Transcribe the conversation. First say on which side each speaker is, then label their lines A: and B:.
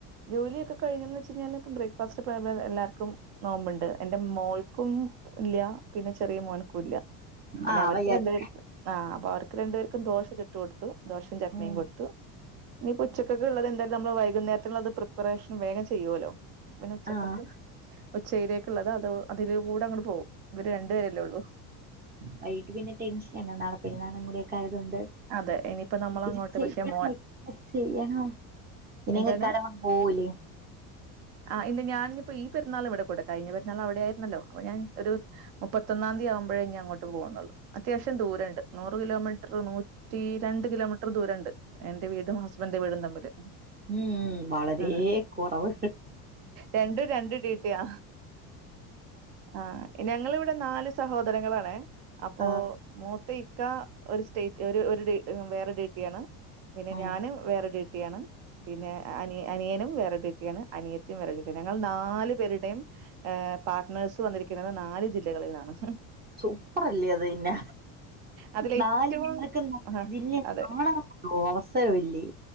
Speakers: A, on the right (about 65°); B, on the right (about 25°).
A: ജോലിയൊക്കെ കഴിഞ്ഞന്ന് വെച്ചാ ഞാനിപ്പോ ബ്രേക്ക്‌ ഫാസ്റ്റ് <unintelligible> എല്ലാർക്കും നോമ്പുണ്ട് എന്റെ മോൾക്കും ഇല്ല്യ പിന്നെ ചെറിയ മോനക്കൂല്ല പിന്നെ
B: ആഹ്
A: അവർക്ക്
B: വയ്യാത്ത
A: രണ്ടുപേർക്ക് ആ അതെ അവർക്ക് രണ്ടുപേർക്കും ദോശ ചുട്ടു കൊടുത്തു ത്തു ദോശേം ചട്നിം
B: ഉം
A: കൊടുത്തു ഇനീപ്പ ഉച്ചക്കത്തെക്കൊള്ളത് എന്തായാലും നമ്മള് വൈകുന്നേരതിന് അതു പ്രി പ്പറേഷൻ വേഗം ചെയ്യുവല്ലോ, പിന്നെ ഉച്ചക്കത്ത്
B: ആഹ്
A: ഉച്ചയിലേക്കൊള്ളത് അത് അതില് കൂടങ്ങോട്ട് പോകും ഇവര് രണ്ടു പേരല്ലേ ഉള്ളു
B: വൈകിട്ട് ടെൻഷനാണ് പിന്നെ നാളെ പെരുന്നാളും കൂടിയൊക്കെ ആയതൊണ്ട്
A: അതെ ഇനിയിപ്പോ നമ്മൾ
B: ഇത്ചെയണോ
A: അങ്ങോട്ട് പക്ഷെ മോൻ
B: ഇത് ച്ചെയ്യണൊ. ഇനിക്കൻ്റെ
A: എന്താണ്
B: അങ്ങട്ട് പോലൂലേ
A: ആഹ്ഇന്ന് ഞാൻ ഇപ്പോ ഈ പെര്ന്നാള് ഇവിടെ കൂടാ കഴിഞ്ഞ പെുന്നാൾ അവിടെ ആരുന്നല്ലോ അപ്പ ഞാൻ ഒരു മുപ്പ പത്തൊന്നാന്തി ആകുമ്പഴേനി അങ്ങോട്ട് പോകുന്നുള്ളൂ അത്യാവശ്യം ദൂരണ്ട് നൂറ് കിലോമീറ്റർ നൂ റ്റി രണ്ട് കിലോമീറ്റർ ദൂരംഇണ്ട് എന്റെ വീടും ഹസ്ബൻഡന്റെ വീടും തമ്മില്
B: ഉം വളരെ
A: ആഹ്
B: കുറവ്
A: രണ്ടും രണ്ടും ടീട്ടിയാ ആഹ് ഞങ്ങളിവിടെ നാല് സഹോദരങ്ങളാണ് അപ്പോ
B: ആഹ്
A: മൂത്ത ഇക്ക ഒരു സ്റ്റേറ്റ് ഒരു ഒരു ഡ വേറെ ഡ്യൂട്ടിയാണ് പിന്നെ
B: ഉം
A: ഞാനും വേറെ ഡ്യൂട്ടിയാണ് പിന്നെ അനി അനിയനും വേറെ ടൂട്ടിയാണ് അനിയത്തിയും വേറെ ടൂട്ടിയാണ് ഞങ്ങൾ നാല് പേരുടെയും ആഹ് പാർട്ട്നേഴ്സ് വന്നിരിക്കുന്നത് നാല് ജില്ലകളിൽ നിന്നാണ്
B: സൂപ്പർല്ലേ അത് പിന്ന
A: അതിലെ
B: നാല്
A: ഏറ്റവും
B: ജില്ലകൾ
A: ആഹ്
B: ജില്ല
A: അതെ
B: ആണൊസവില്ലേ